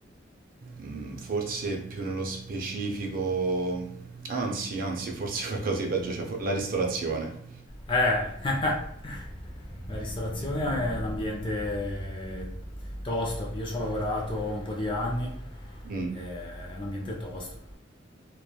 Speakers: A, on the right (about 50°); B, on the left (about 25°).
A: mm, forse più nello specifico, anzi, anzi, forse <laughs> qualcosa di peggio, cioè fo- la ristorazione.
B: Eh, <laughs> la ristorazione è un ambiente tosto. Io ci ho lavorato un po' di anni,
A: Mm.
B: eh, è un ambiente tosto.